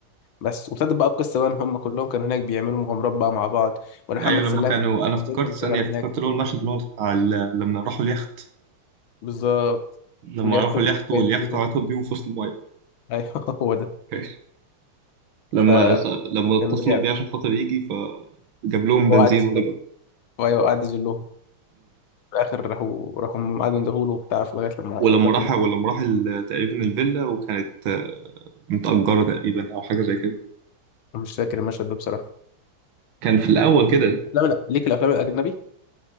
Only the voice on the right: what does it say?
ايوه لما
كانوا
انا افتكرت
ثانيه
افتكرت
اللي هو المشهد اللي هو بتاع ال- لما راحوا اليخت
لما
راحوا
اليخت واليخت
عطل بيهم في وسط المايه
<laughs> لما
لما اتصلوا
بيه عشان خاطر يجي فجاب لهم
بنزين
ورجعوا
ولما
راح
ولما راح ال- تقريبا الفيلا وكانت آه، متأجرة تقريبا أو حاجة زي كده
كان في الأول كده